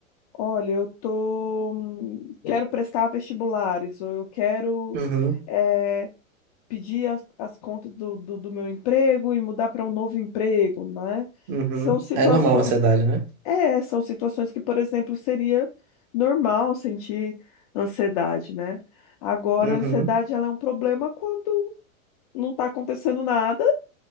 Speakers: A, on the left (about 30°); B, on the right (about 40°).
A: olha, eu tô, hum, quero prestar vestibulares ou eu quero
B: Uhum,
A: eh, pedir as, as contas do, do, do meu emprego e mudar para um novo emprego, né?
B: uhum.
A: São situações,
B: É normal a ansiedade, né?
A: é, são situações que, por exemplo, seria normal sentir ansiedade, né? Agora,
B: Uhum.
A: a ansiedade ela é um problema quando não está acontecendo nada